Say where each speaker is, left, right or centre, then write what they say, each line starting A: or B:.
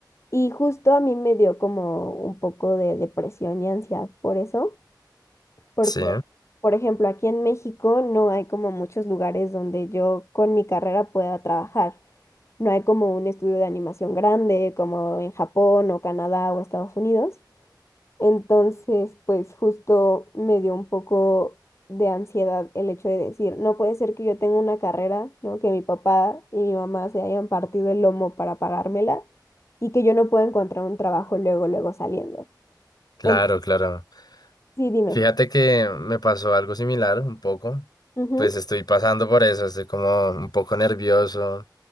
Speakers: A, on the left; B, on the left.
A: Y justo a mí me dio como un poco de depresión y ansiedad por eso, porque,
B: Sí,
A: por ejemplo, aquí en México no hay como muchos lugares donde yo con mi carrera pueda trabajar. No hay como un estudio de animación grande como en Japón o Canadá o Estados Unidos. Entonces, pues justo me dio un poco de ansiedad el hecho de decir, no puede ser que yo tenga una carrera, ¿no? Que mi papá y mi mamá se hayan partido el lomo para pagármela y que yo no pueda encontrar un trabajo luego, luego saliendo.
B: claro,
A: En-
B: claro.
A: sí, dime.
B: Fíjate que me pasó algo similar, un poco.
A: Ujú.
B: Pues estoy pasando por eso, estoy como un poco nervioso,